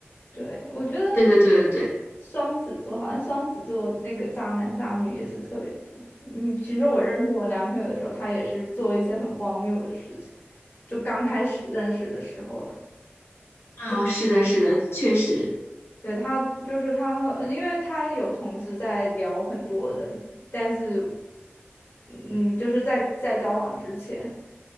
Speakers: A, on the left; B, on the left.
A: 对，我觉得你
B: 对对对对对，
A: 双子座好像双子座那个渣男渣女也是特别多。嗯，其实我认识我男朋友的时候，他也是做一些很荒谬的事情，就刚开始认识的时候了。
B: 啊、
A: 就
B: 是的，是的，确实。
A: 对他，就是他，因为他有同时在聊很多人，但是嗯，就是在在交往之前，